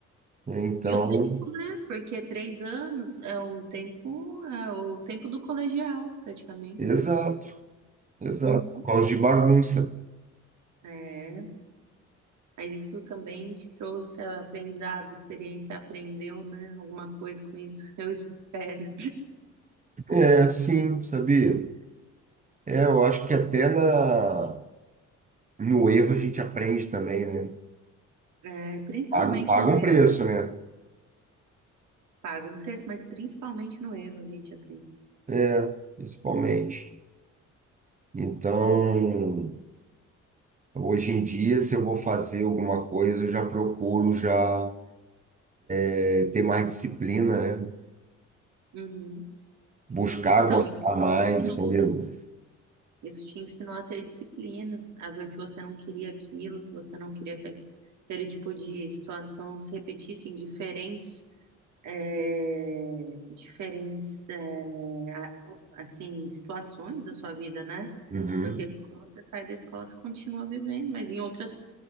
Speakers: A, on the right (about 25°); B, on the right (about 75°).
A: né? Então,
B: E o tempo, né? Porque três anos é um tempo, é o tempo do colegial, praticamente.
A: exato, exato.
B: Uhum.
A: Por causa de bagunça.
B: É, mas isso também te trouxe aprendizado, experiência, aprendeu, né? Alguma coisa com isso, <laughs> eu espero.
A: É, sim, sabia? É, eu acho que até na, no erro a gente aprende também, né?
B: É, principalmente
A: Paga, paga
B: no
A: um preço, né?
B: Paga um preço, mas principalmente no erro a gente aprende.
A: É, principalmente. Então, hoje em dia, se eu vou fazer alguma coisa, eu já procuro já é, ter mais disciplina, né?
B: Uhum.
A: Buscar
B: Então,
A: gostar
B: isso, te
A: mais,
B: ensinou-
A: entendeu?
B: isso te ensinou a ter disciplina, a ver que você não queria aquilo, que você não queria que aquele tipo de situação se repetisse em diferentes é, diferentes é, a- assim situações da sua vida, né?
A: Uhum.
B: Porque quando você sai da escola, você continua vivendo, mas em outras